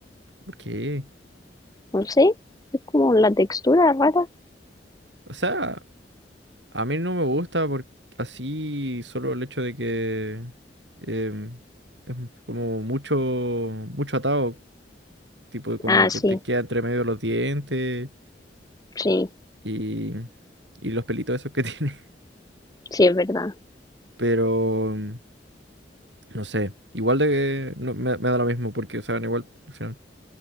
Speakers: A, on the right; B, on the left.
A: ¿Por qué?
B: No sé, es como la textura rara.
A: O sea, a mí no me gusta por así solo el hecho de que em, es como mucho, mucho atado, tipo como
B: Ah, sí,
A: que te queda entre medio de los dientes
B: sí,
A: y, y los pelitos esos que <laughs> tiene.
B: sí, es verdad,
A: Pero mm, no sé, igual de que no, me, me da lo mismo porque saben igual al final.